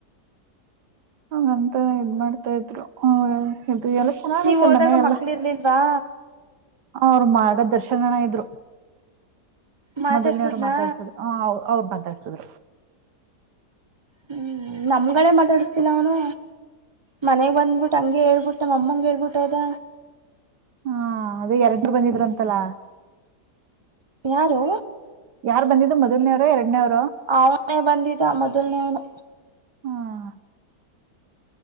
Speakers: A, on the right (about 75°); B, on the right (about 25°).
A: ಹಾಗಂತ ಇದ್ ಮಾಡ್ತಾ ಇದ್ರು ಹ ಇದು ಎಲ್ಲ ಚೆನ್ನಾಗೈತೆ
B: ನೀವ್ ಹೋದಾಗ
A: ಮನೆ ಎಲ್ಲಾ
B: ಮಕ್ಳ ಇರ್ಲಿಲ್ವಾ
A: ಅವ್ರ ಮಗ ದರ್ಶನನ ಇದ್ರು
B: ಮಾತಾಡ್ಸುದ್ನಾ
A: ಮೊದಲ್ನೇವ್ರು ಮಾತಾಡ್ಸದ್ ಹ ಅವ್ರ ಮಾತಾಡ್ಸದ್
B: ಹ್ಮ್ ನಮ್ಗಗಳೇ ಮಾತಾಡಿಸತನ ಅವನು ಮನೆಗ್ ಬಂದ್ಬಿಟ್ಟು ಹಂಗೆ ಹೇಳ್ಬಿಟ್ಟು ನಮ್ಮಂಗಗೆ ಹೇಳ್ಬಿಟ್ಟದ
A: ಹಾ ಅದೇ ಎರಡರು ಬಂದಿದ್ರಂತಲ್ಲ
B: ಯಾರು
A: ಯಾರ್ ಬಂದಿದ್ದ ಮೊದನವರ ಎರಡ್ನೇವರ
B: ಅವನೇ ಬಂದಿದ್ದ ಮೊದಲ್ನೇನು
A: ಹ